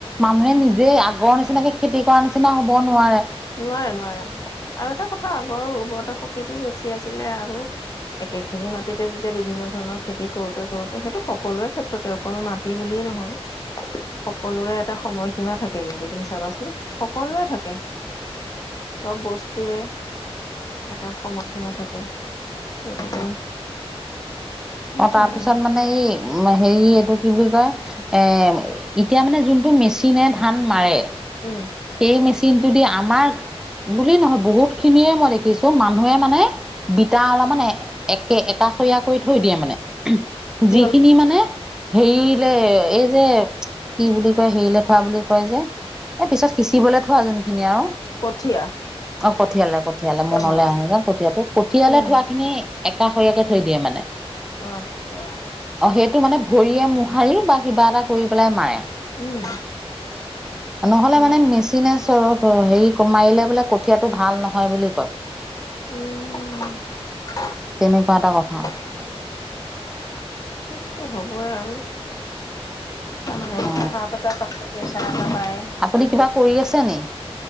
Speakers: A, in the centre; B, on the left (about 35°).
A: মানুহে নিজে আগৰ নিচিনাকে খেতি কৰা নিচিনা হ'ব নোৱাৰে।
B: নোৱাৰে নোৱাৰে আৰু এটা কথা আগৰ উৰ্বৰতা শক্তিটোও বেছি আছিলে আৰু- একেখিনি মাটিতে যেতিয়া বিভিন্ন ধৰণৰ খেতি কৰোঁতে কৰোঁতে সেইটো সকলোৰে ক্ষেত্ৰতে অকল মাটি বুলিয়ে নহয়।
A: <unintelligible>
B: সকলোৰে এটা সময় সীমা থাকে কিন্তু তুমি চাবাচোন সকলোৰে থাকে। চব বস্তুৰে- এটা সময়সীমা থাকে। গতিকে- সেইয়াই
A: এ তাৰ পিছত
B: আৰু
A: মানে এই- হেৰি এইটো কি বুলি কয়? এ এতিয়া মানে যোনটো মেচিনে ধান মাৰে-
B: উম
A: সেই মেচিনটো দি আমাৰ বুলি নহয় বহুত খিনিয়ে মই দেখি- চো মানুহে মানে বিটা অলপ মানে একে একাষৰীয়া কৰি থৈ দিয়ে মানে।
B: কি
A: যিখিনি
B: অলপ
A: মানে- হেৰিলে এই যে কি বুলি কয় হেৰিলে থোৱা বুলি কয় যে? এই পিছত- সিচিবলৈ থোৱা যোনখিনি আৰু।
B: কঠীয়া
A: অ কঠিয়ালে কঠিয়ালে মনলৈ
B: অ
A: আহা নাই যে কঠিয়াটো কঠিয়ালে
B: উম
A: থোৱা খিনি- একাষৰীয়াকে থৈ দিয়ে মানে।
B: অ আচ্ছা।
A: অ সেইটো মানে ভৰিয়ে মোহাৰি বা কিবা এটা কৰি পেলাই মাৰে।
B: উম
A: নহ'লে
B: অ
A: মানে মেচিনে চ হেৰি মাৰিলে বোলে কঠী- য়াটো ভাল নহয় বুলি কয়।
B: উম।
A: তেনেকুৱা এটা কথা।
B: <inaudible> সেইটোতো হ'বই আৰু। তাৰমানে
A: অ
B: চাহ পতা পিছতে না পায় সেইটোতো।
A: আপুনি কিবা কৰি আছে নি